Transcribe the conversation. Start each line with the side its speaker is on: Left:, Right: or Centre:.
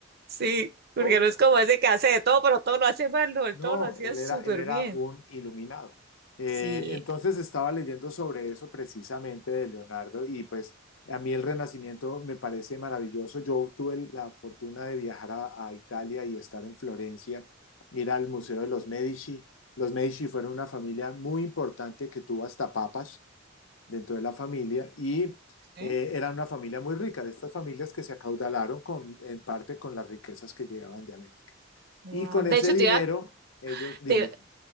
Right: Sí, porque
Left: todo
Right: no es como ese que hace de todo, pero todo lo hace mal, no, él
Left: No,
Right: todo lo hacía
Left: él
Right: súper
Left: era, él era
Right: bien.
Left: un iluminado. Eh,
Right: Sí.
Left: entonces estaba leyendo sobre eso precisamente de Leonardo y pues a mí el Renacimiento me parece maravilloso. Yo tuve la fortuna de viajar a, a Italia y estar en Florencia, ir al Museo de los Medici. Los Medici fueron una familia muy importante que tuvo hasta papas dentro de la familia y
Right: ¿eh?
Left: eh, era una familia muy rica, de estas familias que se acaudalaron con, en parte con las riquezas que llegaban de América.
Right: Wow.
Left: Y con ese
Right: De hecho,
Left: dinero,
Right: te iba,
Left: ellos, dime,
Right: te,
Left: dime.